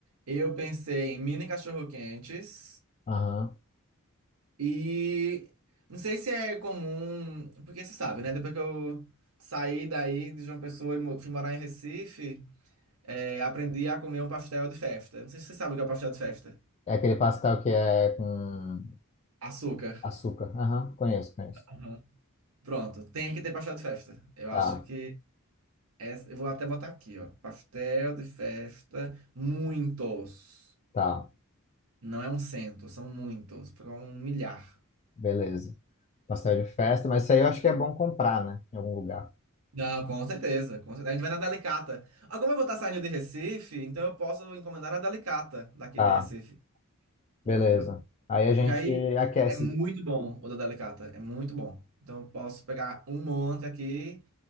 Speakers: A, on the right (about 85°); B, on the left (about 30°).
A: Eu pensei em mini cachorro-quentes
B: Aham.
A: e não sei se é comum, porque você sabe, né? Depois que eu saí daí de João Pessoa e mo- fui morar em Recife, é, aprendi a comer um pastel de festa. Não sei se você sabe o que é o pastel de festa.
B: É aquele pastel que é com
A: Açúcar.
B: açúcar. Aham, conheço, conheço.
A: Aham. Pronto, tem que ter pastel de festa. Eu
B: Tá,
A: acho que essa, eu vou até botar aqui, ó. Pastel de festa, muitos.
B: tá.
A: Não é um cento, são muitos, porque é um milhar.
B: Beleza. pastel de festa, mas isso aí eu acho que é bom comprar, né? Em algum lugar.
A: Não, com certeza, com certeza. A gente vai na Delicata. Agora eu vou estar saindo de Recife, então eu posso encomendar a Delicata daqui
B: Tá,
A: de Recife,
B: beleza.
A: entendeu?
B: Aí a gente
A: Porque aí
B: aquece,
A: é muito bom o da Delicata, é muito bom. Então eu posso pegar um monte aqui